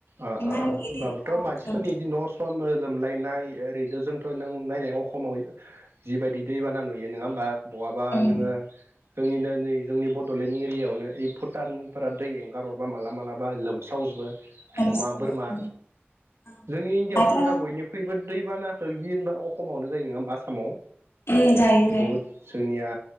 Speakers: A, on the right (about 85°); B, on the left (about 85°).
A: अह
B: इमान
A: अह
B: इदि
A: होनोमबाबोथ
B: नङा
A: मानसिफोरनि
B: लोम
A: बिदि न सम लोमलायनाय ओरैनो जोंथ नों नायनाय अखमाव जिबायदि दैबाना नुयो नङा होमबा बहाबा
B: उम
A: नोंङो जोंनिनो नै जोंनि बडलेण्ड एरियायावनो ओ भुटानफोरा दै एंगारहरबा मालाबा मालाबा लोमसावजोबो
B: लोमसावो
A: अमा बोरमा
B: उम औ
A: जोंनि इण्डियाआवथ
B: आरो
A: दा दा बयनिख्रुइबो दैबानाखौ गिबा अखमावनो जायो नङा होमा आसामाव
B: उम जायो जायो
A: बहुद जोंनिया